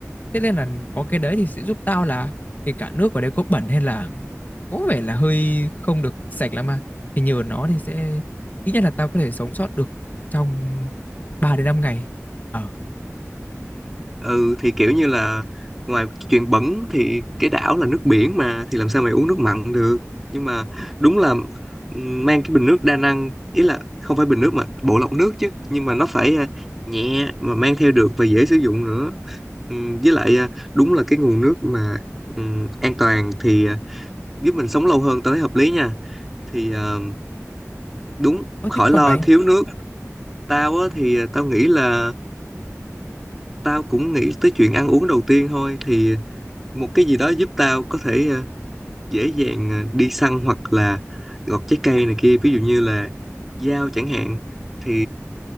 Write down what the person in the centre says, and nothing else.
ừ thì kiểu như là ngoài chuyện bẩn thì cái đảo là nước biển mà thì làm sao mày uống nước mặn được nhưng mà đúng là ừm, mang cái bình nước đa năng ý là không phải bình nước mà bộ lọc nước chứ nhưng mà nó phải à, nhẹ mà mang theo được và dễ sử dụng nữa Ừm, với lại à, đúng là cái nguồn nước mà ừm, an toàn thì à, giúp mình sống lâu hơn tới hợp lý nha thì à, đúng
khỏi
lo
thiếu nước tao á thì à, tao nghĩ là tao cũng nghĩ tới chuyện ăn uống đầu tiên thôi thì một cái gì đó giúp tao có thể ờ, dễ dàng ờ, đi săn hoặc là gọt trái cây này kia ví dụ như là dao chẳng hạn thì